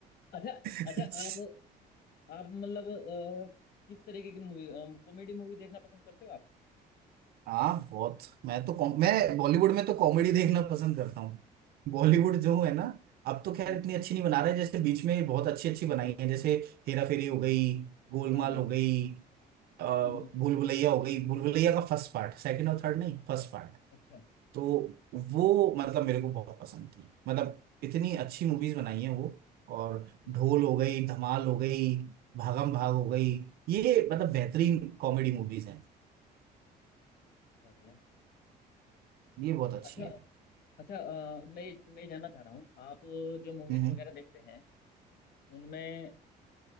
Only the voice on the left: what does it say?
अच्छा
अच्छा आप आप मतलब अ, किस तरीके की मूवी कॉमेडी मूवी देखना पसंद करते हो आप
हम्म
हम्म
हाँ हाँ
हम्म हम्म
हम्म।
अच्छा
हम्म
हम्म।
बिल्कुल
बढ़िया
अच्छा
अच्छा अ, मैं मैं ये जानना चाह रहा हूँ आप जो मूवीज
वगैरह देखते हैं उनमें